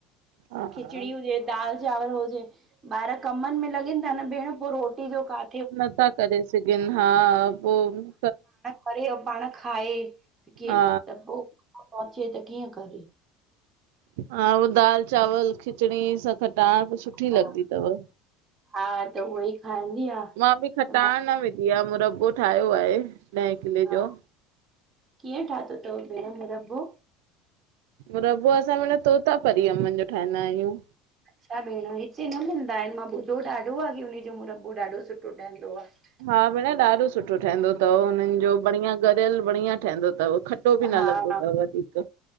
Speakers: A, on the right; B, on the right.
A: हा
B: खिचड़ी हुजे, दाल चांवर हुजे, ॿार कमनि में लॻनि न -न भेण पो रोटी जो का
A: नथा करे सघनि हा पोइ
B: पर ऐं पाण खाए क
A: हा
B: त पोइ पहुचे त कीअं करे
A: हा पोइ दाल चावल खिचड़ी सां खटाण सुठी
B: हा
A: लॻंदी अथव
B: हा त उहो ई खाईंदी आ
A: मां बि खटाइाण
B: त मां
A: न विझधी आहे मुरब्बो ठाहियो आहे ॾह किले
B: हा
A: जो
B: कीअं ठाातो थव भेण मुरब्बो
A: मुरब्बो असां माना तोता परी अम्भन जो ठाहींदा आहियूं
B: छा भेण हिते न मिलंदा आहिनि मां ॿुधो ॾाढो आहे की उजो मुरब्बो ॾाढो सुठो ठहंदो आहे
A: हा भेण ॾाढो सुठो ठहंदो अथव हुननि जो बढ़िया गरियल बढ़िया ठहंदो अथव खट्टो
B: हा
A: बि न लॻदो तव वधीक